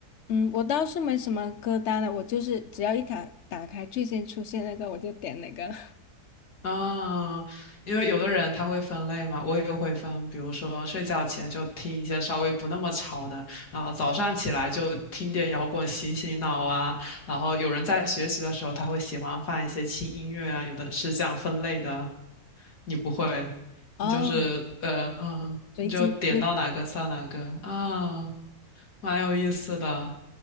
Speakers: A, on the left; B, on the left.
A: 嗯，我倒是没什么歌单了，我就是只要一打打开最先出现那个，我就点哪个。<laughs>
B: 嗯，因为有的人他会分类嘛，我也会分，比如说睡觉前就听一些稍微不那么吵的，然后早上起来就听点摇滚醒醒脑啊，然后有人在学习的时候他会喜欢放一些轻音乐啊，有的是这样分类的。你不会，
A: 哦，
B: 你就是呃嗯，
A: 随机，
B: 你就点到哪个算哪个啊，
A: <laughs> 就
B: 蛮有意思的。